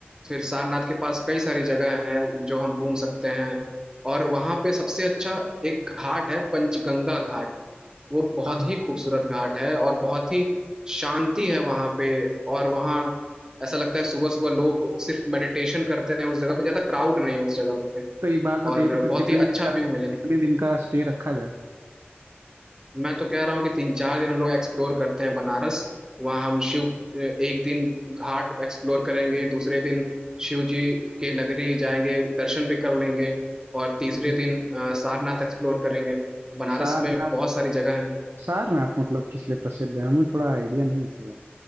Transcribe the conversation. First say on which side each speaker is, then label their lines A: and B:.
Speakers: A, on the right (about 15°); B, on the right (about 80°).
A: फिर सारनाथ के पास कई सारी जगह हैं जो हम घूम सकते हैं और वहाँ पे सबसे अच्छा एक घाट है पंचगंगा घाट वो बहुत
B: हाँ हाँ
A: ही खूबसूरत घाट है और बहुत ही शांति है वहां पे और वहाँ ऐसा लगता है सुबह सुबह लोग सिर्फ मेडिटेशन करते हैं उस जगह पे ज्यादा क्राउड नहीं है उस जगह पे
B: तो एक बात बताइए
A: और
B: तो फिर
A: बहुत
B: कितने
A: ही
B: दिन
A: अच्छा
B: का कितने
A: व्यू मिलेगा
B: दिन का स्टे रखा जाए
A: मैं तो कह रहा हूँ कि तीन चार दिन हम लोग एक्सप्लोर करते हैं बनारस वहाँ हम शिव एक दिन घाट एक्सप्लोर करेंगे दूसरे दिन शिव जी के नगरी जाएंगे दर्शन भी कर लेंगे और तीसरे
B: हम्म,
A: दिन अ, सारनाथ एक्सप्लोर करेंगे बनारस
B: सारनाथ
A: में बहुत सारी जगह है।
B: सारनाथ मतलब किस लिए प्रसिद्ध है हमें थोड़ा आइडिया नहीं है इसके बारे